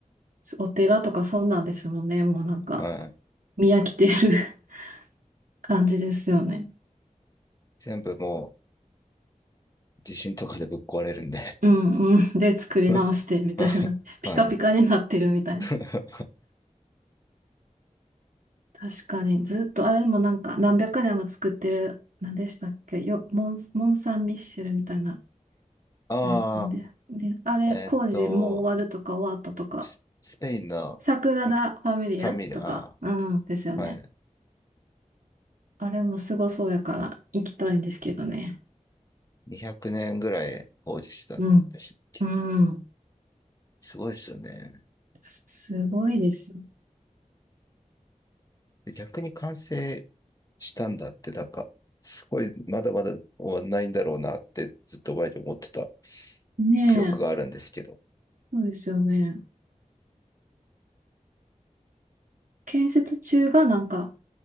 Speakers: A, on the right; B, on the left.
A: お寺とかそうなんですもんね。もうなんか、
B: はい。
A: 見飽きてる <laughs> 感じですよね。
B: 全部もう地震とかでぶっ壊れるんで。
A: うんうん。で、作り直してみたいな。
B: <laughs>
A: <laughs> ピカピカになってるみたいな。
B: はい。<laughs>
A: 確かに、ずっと、あれでもなんか、何百年も作ってる、何でしたっけよ、モン、モン・サン・ミッシェルみたいな。
B: ああ、
A: あれ、なんで、ね、あれ、
B: えっと、
A: 工事もう終わるとか終わったとか、
B: ススペインの
A: サグラダ・ファミリアとか、
B: ファミリア、あ
A: うん、ですよね。
B: ーはい。
A: あれもすごそうやから、行きたいんですけどね。
B: 200年ぐらい工事したんでしたっけ
A: うん。うん。
B: すごいですよね。
A: すごいです
B: で逆に完成したんだって、なんか、すごい、まだまだ終わんないんだろうなって、ずっと前に思ってた
A: ねえ、
B: 記憶があるんですけど。
A: そうですよね。建設中がなんか、